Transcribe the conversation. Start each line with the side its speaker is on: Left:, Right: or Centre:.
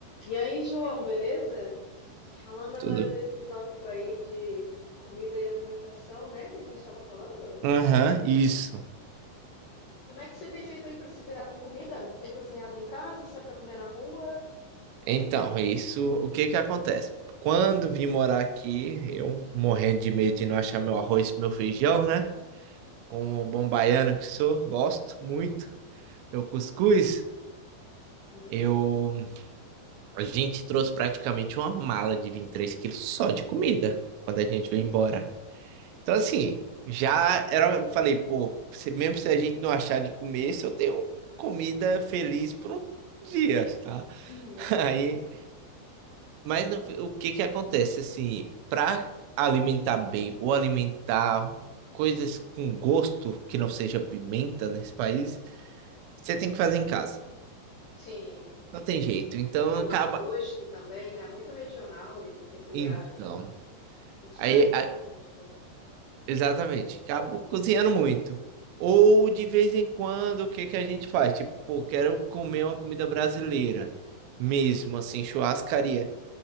Left: E aí, João, beleza? Falando agora
Right: Tudo.
Left: desse tópico aí de comida e alimentação, né, que a gente estava falando.
Right: Aham, isso.
Left: Como é que você tem feito aí para se virar com comida? Tem cozinhado em casa? Sai para comer na rua?
Right: Então, isso, o que que acontece? Quando vim morar aqui, eu morrendo de medo de não achar meu arroz e meu feijão, né? Como bom baiano que sou, gosto muito. Meu cuscuz,
Left: Hum,
Right: eu... A gente trouxe praticamente uma mala de 23 quilos só de comida quando a gente veio embora. Então, assim, já era... eu Falei, pô, se- mesmo se a gente não achar de comer, se eu tenho comida feliz por um dia, tá?
Left: uhum.
Right: <laughs> Aí... Mas no fi- o que que acontece assim, para alimentar bem ou alimentar coisas com gosto que não seja pimenta nesse país, você tem que fazer em casa.
Left: Sim.
Right: Não tem jeito. Então
Left: Para
Right: acaba
Left: o nosso gosto também, né? Muito regional e peculiar,
Right: então,
Left: assim. A gente
Right: aí
Left: traz ali
Right: a-
Left: uma série de coisas.
Right: exatamente, acabo cozinhando muito. Ou de vez em quando, o que que a gente faz? Tipo, pô, quero comer uma comida brasileira mesmo assim, churrascaria.